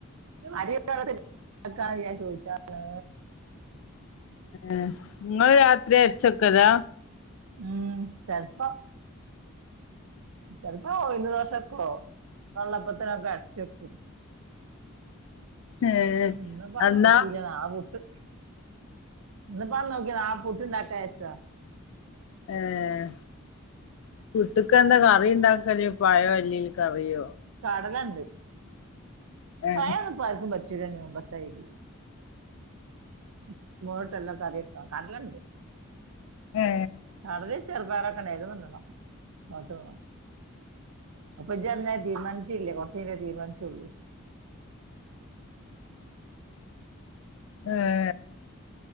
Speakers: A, on the right; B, on the left.
A: അരിയൊക്കെ വെള്ളത്തിട്ട് നിക്കാണ് ഞാൻ ചോയിച്ചാണ്
B: ഏഹ് ഇങ്ങള് രാത്രി അരിച്ചെക്കലാ
A: ഉം ചെൽപ്പം ചെൽപ്പാ ഉയിന്ന്ദോശക്കോ വെള്ളപ്പത്തിനൊക്കെ അര്ച്ചെക്കും
B: ഏ
A: ഇന്ന്പ്പാ
B: എന്നാ
A: നോക്കില ആവും ട്ട് ഇന്ന്പ നോക്കി നാളെ പുട്ട്ണ്ടാക്കാര്ച്ചതാ
B: ഏഹ് പുട്ട്ക്കെന്താ കറിണ്ടാക്കല് പഴോ അല്ലേൽ കറിയൊ
A: കടലണ്ട്
B: ഏ
A: പയൊന്നുപ്പാർക്കും പറ്റൂലണ്ണി മുമ്പത്തായ്രി ഉപ്പ്മാവ്ട്ട്ല്ല കറിക്ക കട്ലണ്ട്
B: ഏ
A: കടലിം ചെറ്പയറൊക്കെണ്ട് ഏതെന്ന്ടണം അതോ അപ്പൊ ഇജ്ജർഞാരി തീര്മാന്ച്ചില്ലേ കൊറച്ചയ്ഞ്ഞാ തീര്മാൻചൊള്ളൂ
B: ഏഹ്